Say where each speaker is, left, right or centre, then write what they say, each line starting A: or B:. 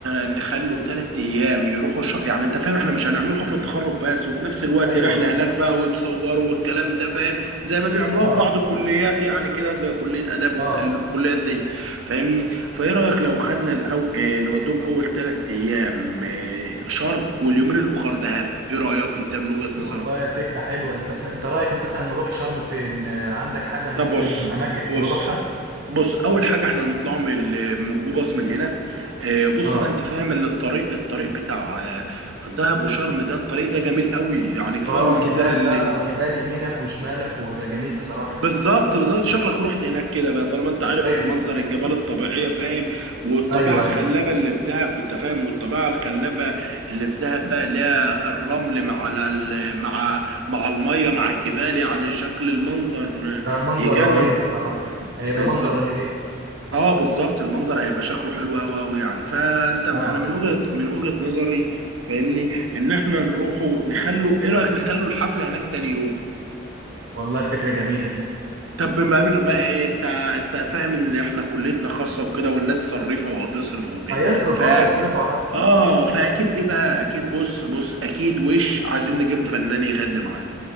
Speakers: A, on the right (about 85°); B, on the right (about 50°).
A: نخلوا ثلاث ايام يروحوا ش... يعني انت فاهم احنا مش هنعمله حفله تخرج بس وفي نفس الوقت
B: ايوه
A: رحله
B: ايوه
A: هناك بقى ويتصوروا والكلام ده فاهم زي ما بيعملوها
B: اه
A: في بعض الكليات يعني كده زي كليه اداب والكليات
B: اه
A: دي فاهمني فايه رايك لو خدنا الأو... اه نودهم اول ثلاث ايام اه شرم واليومين الاخر دهب ايه رايك انت من وجهه نظرك
B: والله فكرة حلوة انت ف... انت رأيك مثلا نروح شرم فين آه، عندك حاجة ممكن
A: طب بص
B: اماكن
A: بص
B: نروحها
A: بص اول حاجه احنا هنطلع من ال- من جو باص من هنا آه، بص
B: اه
A: بقى انت فاهم اللي الطريق الطريق بتاع آه، دهب وشرم ده الطريق ده جميل قوي يعني كفايه
B: اه
A: المناظر
B: جبال
A: اللي
B: بقى وجبال يمينك وشمالك ويبقى جميل بصراحة
A: بالظبط بالظبط شكلك رحت هناك كده بقى طالما انت عارف
B: ايوه
A: منظر الجبال الطبيعيه فاهم والطبيعه
B: ايوه
A: الخلابه
B: ايوه
A: اللي في دهب انت فاهم والطبيعه الخلابه اللي في دهب بقى اللي هي الرمل مع ال- مع مع الميه مع الجبال يعني شكل المنظر
B: آه، منظر
A: يجنن
B: رهيب بصراحة هيبقى
A: بالظبط
B: منظر رهيب
A: اه بالظبط المنظر هيبقى شكله حلو قوي قوي يعني فانت انا
B: اه
A: من وجهة من وجهة نظري فاهمني ان احنا نروحوا نخلوا ايه رأيك نخلوا الحفلة هناك تاني يوم
B: والله فكرة جميلة
A: طب ما بين بقى ايه انت انت فاهم ان احنا كليتنا خاصة وكده والناس صريفة وهتصرف وكده
B: هيصرف
A: ف
B: اه يصرفوا عن
A: اه فاكيد ايه بقى اكيد بص بص اكيد وش عايزين نجيبه فنان يغني معانا